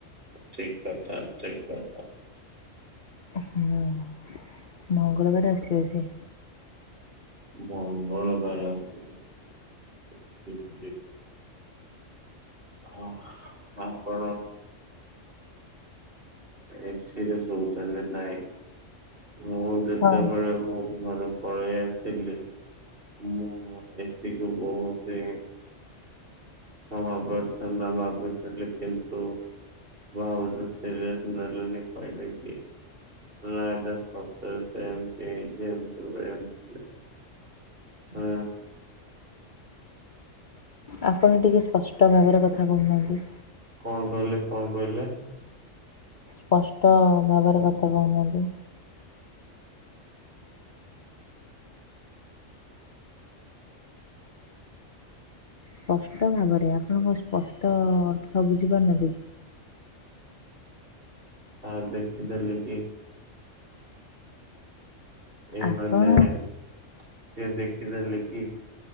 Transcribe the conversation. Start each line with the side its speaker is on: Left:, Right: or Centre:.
Right: ଠିକ କଥା ଠିକ କ
Left: ହୁଁ। ମଙ୍ଗଳବାର ଆସିବେ ସିଏ।
Right: ମଙ୍ଗଳ ବାରେ ଆସିବେ ଠିକ୍‌ ଠିକ୍। ହଁ କାଇଁ କଁ? ଏସି ରେ ଶଉଚ ନା ନାଇଁ। ମୁଁ ଯେତେବେଳେ
Left: ହଁ
Right: ମୋ ଘରୁ ପଳେଇ ଆସିଲି ମୁଁ ମୋ ଏସି କୁ ବହୁତି କ୍ଷମା ପ୍ରାର୍ଥନା ମାଗୁଥିଲି କିନ୍ତୁ ଭାଉଜ ସିରିଏସ ନେଲେନି କହିଦେଇ କି? ନା ଏଟା ସତରେ ସେମତି ଯେମତି ହୁଏ ଏମିତି ହବ। ହୁଁ।
Left: ଆପଣ ଟିକେ ସ୍ପଷ୍ଟ ଭାବରେ କଥା କହୁନାହାନ୍ତି।
Right: କଣ କହିଲେ କଣ କହିଲେ
Left: ସ୍ପଷ୍ଟ ଭାବରେ କଥା କହୁନାହାନ୍ତି। ସ୍ପଷ୍ଟ ଭାବରେ ଆପଣ କଣ ସ୍ପଷ୍ଟ ଅର୍ଥ ବୁଝିପାରୁନାହାନ୍ତି?
Right: ଆର ଦେଖି ଦେଲେ କି? ଏଇ
Left: ଆପଣ
Right: ମାନେ <unintelligible> ଦେଖିଦେଲେ କି?